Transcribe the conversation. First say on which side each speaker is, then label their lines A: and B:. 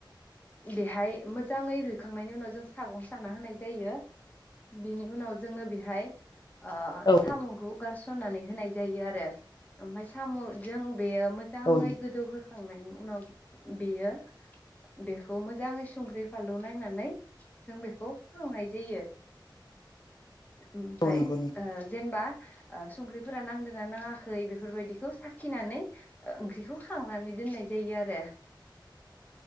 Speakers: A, on the left (about 20°); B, on the left (about 55°).
A: बेहाय मोजाङै रुइखांनायनि उनाव जों सागं साना होनाय जायो बिनि उनाव जोङो बेहाय ओ
B: औ
A: साम'खौ गारस'ननानै होनाय जायो आरो ओमफाय साम'जों बेयो
B: औ
A: जाङै
B: औ नंगौ
A: गोदौहोखांनायनि उनाव बेयो बेखौ मोजाङै संख्रि फानलु नायनानै जों बेखौ हांनाय जायो। ओमफाय
B: औ नंगौ
A: ओ जेनेबा ओ संख्रिफोरा नांदोना नाङाखै बेफोरबायदिखौ साखिनानै ओ ओंख्रिखौ खांनानै दोननाय जायो आरो।